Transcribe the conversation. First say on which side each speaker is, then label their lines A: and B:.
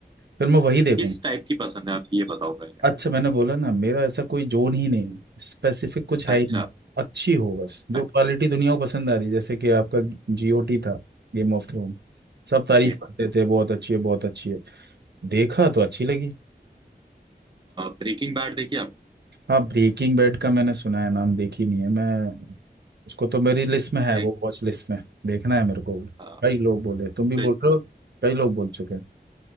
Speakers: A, on the right; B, on the right.
A: फिर मैं वही देखूंगा
B: किस टाइप की पसंद है आप ये बताओ पहले आप
A: अच्छा मैंने बोला ना मेरा ऐसा कोई जोन ही नहीं स्पेसिफिक कुछ
B: अच्छा
A: है ही नहीं अच्छी हो बस जो
B: अच्छा
A: क्वालिटी दुनिया को पसंद आ रही जैसे कि आपका जीओटी था गेम ऑफ थ्रोन सब तारीफ
B: Game
A: करते
B: of Thrones
A: थे बहुत अच्छी है बहुत अच्छी है देखा तो अच्छी लगी
B: Breaking Bad देखिए आपने
A: हाँ ब्रेकिंग बैड का मैंने सुना है नाम देखी नहीं है मैं उसको तो मेरी लिस्ट में है
B: एक,
A: वो वॉच लिस्ट में देखना है मेरे को
B: अ,
A: कई लोग बोले तुम भी
B: फिर
A: बोल रहे हो कई लोग बोल चुके हैं